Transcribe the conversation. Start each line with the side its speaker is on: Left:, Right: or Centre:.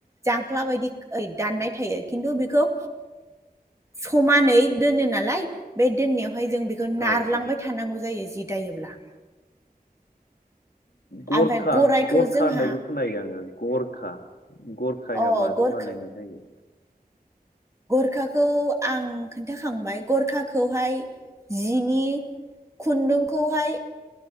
Right: जांख्ला बायदि दाननाय थायो खिन्थु बेखौ समानै दोनो नालाय बे दोननायावहाय जों बेखौ नारलांबाय
Left: औ औ
Right: थानांगौ जायो जि दायोब्ला
Left: गरखा
Right: ओमफ्राय गरायखौ
Left: गरखा
Right: जोंहा
Left: होननायबो खोनायो आङो गरखा गरखाया
Right: अ
Left: माजों
Right: गरखा
Left: बानायनाय जायो
Right: गरखाखौ आं खोन्थाखांबाय गरखाखौहाय जिनि खुन्दुंखौहाय